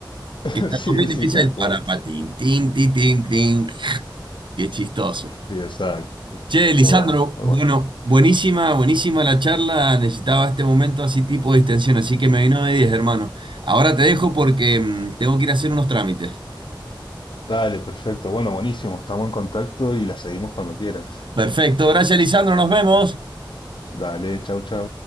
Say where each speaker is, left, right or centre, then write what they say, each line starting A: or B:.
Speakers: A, on the left; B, on the right.
A: <laughs>
B: Que está
A: Sí,
B: comiendo
A: sí,
B: y empieza
A: tal
B: el
A: cual.
B: parapatín, tin, tin, tin, tin. Qué chistoso.
A: Sí, exacto.
B: Che, Lisandro,
A: Muy bueno, muy
B: bueno,
A: bueno.
B: buenísima, buenísima la charla. Necesitaba este momento así tipo de distensión, así que me vino de 10, hermano. Ahora te dejo porque mm, tengo que ir a hacer unos trámites.
A: Dale, perfecto. Bueno, buenísimo. Estamos en contacto y la seguimos cuando quieras.
B: Perfecto, gracias, Lisandro, nos vemos.
A: Dale, chau, chau.